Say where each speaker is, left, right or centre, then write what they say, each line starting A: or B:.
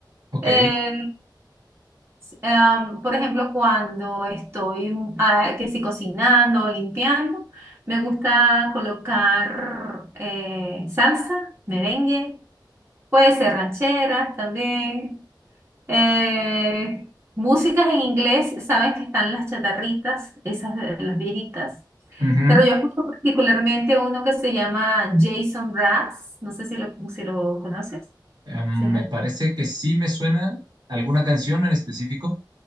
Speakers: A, on the right; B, on the right.
A: ok.
B: Eh, Em, por ejemplo, cuando estoy mm, ah, que si cocinando o limpiando, me gusta colocar eh, salsa, merengue, puede ser rancheras también. eh, músicas en inglés, sabes que están las chatarritas, esas de las viejitas.
A: ujú.
B: Pero yo escucho particularmente uno que se llama Jason Brass, no sé si lo, si lo conoces.
A: Em,
B: si has-
A: me parece que sí me suena alguna canción en específico